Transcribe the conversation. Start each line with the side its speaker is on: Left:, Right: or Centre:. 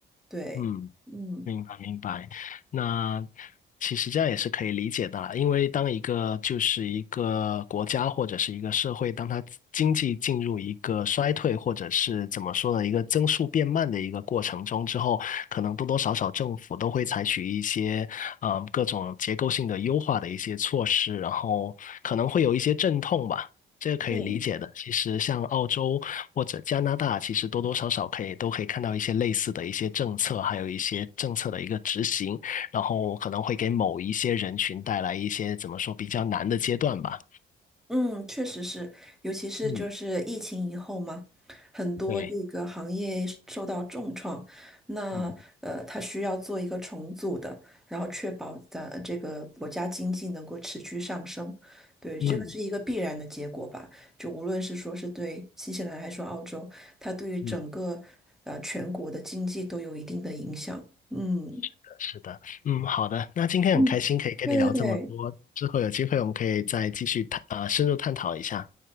Centre: 对，
Left: 嗯。
Centre: 嗯。
Left: 明白明白，那其实这样也是可以理解的啦，因为当一个就是一个国家或者是一个社会，当它经济进入一个衰退或者是怎么说呢，一个增速变慢的一个过程中之后，可能多多少少政府都会采取一些嗯各种结构性的优化的一些措施，然后可能会有一些阵痛吧。这个可以理解的。
Centre: 对。
Left: 其实像澳洲或者加拿大，其实多多少少可以都可以看到一些类似的一些政策，还有一些政策的一个执行，然后可能会给某一些人群带来一些怎么说比较难的阶段吧。
Centre: 嗯，确实是，尤其是就是疫情以后嘛，
Left: 嗯，
Centre: 很多这个行业受到重创，
Left: 对，
Centre: 那呃，
Left: 嗯
Centre: 它需要做一个重组的，然后确保咱这个国家经济能够持续上升，对，这个是一个必然的结果吧。
Left: <laughs> 嗯，
Centre: 就无论是说是对新西兰还是说澳洲，它对于整个呃全国的经济都有一定的影响。
Left: 嗯
Centre: 嗯
Left: 的是的，嗯，好的。那今天很开心可以跟你聊这么多，
Centre: 嗯，对对对，
Left: 之后有机会我们可以再继续探啊，深入探讨一下。